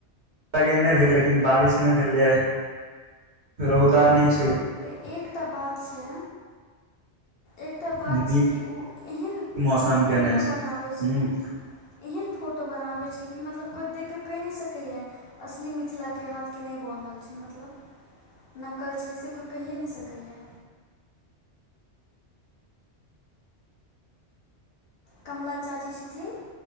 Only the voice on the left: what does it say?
एकटा बात छै एकटा बात
छै कि उ एहन
फोटो
बनाबै
छैय एहन फोटो बनाबै छैय कि मतलब कोइ देख कऽ कहि नै सक कै या असली मिथिला के हाथ के नै बनल छैय मतलब नकल छैय से कोई। कहिए नै सकैया कमला चाची छथिन